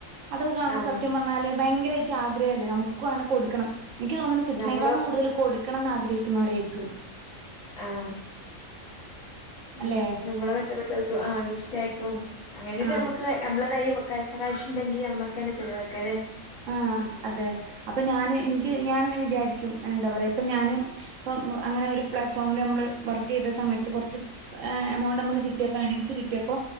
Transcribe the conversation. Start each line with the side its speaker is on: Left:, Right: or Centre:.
Right: അതൊക്കെ കാണുമ്പോ
Left: ആ.
Right: സത്യം പർഞ്ഞാല് ഭയങ്കയ് ആഗ്രഹല്ലേ നമുക്കും അങ്ങനെ കൊടുക്കണം എനിക്ക് തോന്നുണു കിട്ടണേക്കാളും
Left: നമ്മള്
Right: കൂടുതലും ന്ന് ആഗ്രഹിക്കുന്നവരായിരിക്കും
Left: ആഹ
Right: അല്ലെ
Left: ഞ ഞമ്മളെ ബന്ധപ്പെട്ടവർക്ക് ആഹ ഗിഫ്റ്റ് ആയിട്ടും അങ്ങനന്
Right: ആഹ്
Left: നമക്ക് നമ്മളെ കൈ വക്കാൻ ഇപ്പ കാശുണ്ടെങ്കി അമ്മക്ക് തന്നെ ചെലവാക്കാ അല്ലേ
Right: ആ അതെ അപ്പൊ ഞാന് എനിക്ക്
Left: ഉം.
Right: ഞാനങ്ങനെ വിചാരിക്കും ക്കും എന്താപറയുക ഇപ്പോം ഞാൻ ഇപ്പം അങ്ങനെ ഒരു പ്ലാറ്റ്ഫോമിൽ നമ്മള് വർക്ക് ചെയ്ത സമയത്ത് കുറച്ച് ഏ എമൗണ്ട് നമുക്ക് കിട്ടിയപ്പോ ഏണിങ്സ് കിട്ടിയ അപ്പോ